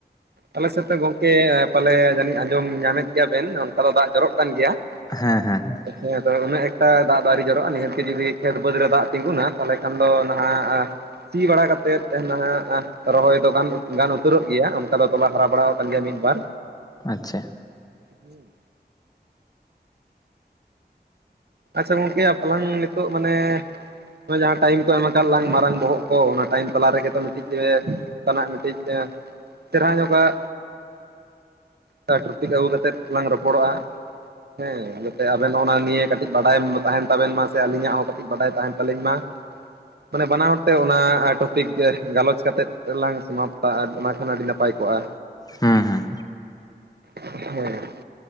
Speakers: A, on the right; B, on the left.
A: ᱟᱞᱮ ᱥᱮᱫ ᱜᱚᱝᱠᱮ ᱯᱟᱞᱮ ᱡᱟᱹᱱᱤᱡ ᱟᱸᱡᱚᱢ ᱧᱟᱢᱮᱫ ᱜᱮᱭᱟ ᱵᱮᱱ ᱚᱱᱠᱟ ᱫᱚ ᱫᱟᱜ ᱡᱚᱨᱚᱜ ᱠᱟᱱ ᱜᱮᱭᱟ ᱾
B: ᱦᱮᱸ ᱦᱮᱸ ᱦᱮᱸ ᱾
A: ᱦᱮᱸ ᱟᱫᱚ ᱩᱱᱟᱹᱜ ᱮᱠᱴᱟ ᱫᱟᱜ ᱫᱚ ᱟᱣᱨᱤ ᱡᱟᱨᱟᱜᱼᱟ ᱱᱤᱦᱛ ᱜᱮ ᱡᱩᱫᱤ ᱠᱷᱮᱛ ᱵᱟᱹᱫᱽ ᱨᱮ ᱫᱟᱜ ᱛᱤᱸᱜᱩᱱᱟ ᱛᱟᱦᱚᱞᱮ ᱠᱷᱟᱱ ᱫᱚ ᱱᱟᱦᱟᱜ ᱥᱤ ᱵᱟᱲᱟ ᱠᱟᱛᱮᱫ ᱱᱟᱦᱟᱜ ᱨᱚᱦᱚᱭ ᱫᱚ ᱜᱟᱱ ᱫᱚ ᱜᱟᱱ ᱩᱛᱟᱹᱨᱚᱜ ᱜᱮᱭᱟ ᱚᱱᱠᱟ ᱫᱚ ᱛᱚᱞᱟ ᱦᱟᱨᱟ ᱵᱟᱲᱟ ᱟᱠᱟᱱ ᱜᱮᱭᱟ ᱢᱤᱫ ᱵᱟᱨ
B: ᱟᱪᱪᱷᱟ
A: ᱦᱩᱸ ᱟᱪᱪᱷᱟ ᱜᱚᱝᱠᱮ ᱟᱞᱟᱝ ᱱᱤᱛᱚᱜ ᱢᱟᱱᱮ ᱡᱟᱦᱟᱸ ᱴᱟᱭᱤᱢ ᱠᱚ ᱮᱢ ᱟᱠᱟᱫ ᱞᱟᱝ ᱢᱟᱨᱟᱝ ᱵᱚᱦᱚᱜ ᱠᱚ ᱚᱱᱟ ᱴᱟᱭᱤᱢ ᱛᱟᱞᱟ ᱨᱮᱜᱮ ᱛᱚ ᱢᱤᱫᱴᱤᱡ ᱚᱱᱠᱟᱱᱟᱜ ᱢᱤᱫᱴᱤᱡ ᱪᱮᱨᱦᱟ ᱧᱚ ᱜᱟᱜ ᱠᱟ ᱴᱨᱚᱯᱤᱠ ᱟᱹᱜᱩ ᱠᱟᱛᱮᱫ ᱞᱟᱝ ᱨᱚᱯᱚᱲᱚᱜᱼᱟ ᱦᱮᱸ ᱡᱟᱛᱮ ᱟᱵᱮᱱ ᱚᱱᱟ ᱱᱤᱭᱮ ᱠᱟᱹᱴᱤᱡ ᱵᱟᱰᱟᱭ ᱛᱟᱦᱮᱱ ᱛᱟᱵᱮᱱ ᱢᱟ ᱥᱮ ᱟᱹᱞᱤᱧᱟᱜ ᱦᱚᱸ ᱠᱟᱹᱴᱤᱡ ᱵᱟᱰᱟᱭ ᱛᱟᱦᱮᱱ ᱛᱟᱹᱞᱤᱧ ᱢᱟ ᱢᱟᱱᱮ ᱵᱟᱱᱟ ᱦᱚᱲ ᱛᱮ ᱚᱱᱟ ᱴᱚ ᱯᱤᱠ ᱜᱟᱞᱚᱪ ᱠᱟᱛᱮᱫ ᱞᱟᱝ ᱥᱚᱢᱟᱯ ᱟ ᱚᱱᱟ ᱠᱷᱟᱱ ᱟᱹᱰᱤ ᱱᱟᱯᱟᱭ ᱠᱚᱜ-ᱟ
B: ᱦᱮᱸ ᱦᱮᱸ
A: ᱦᱮᱸ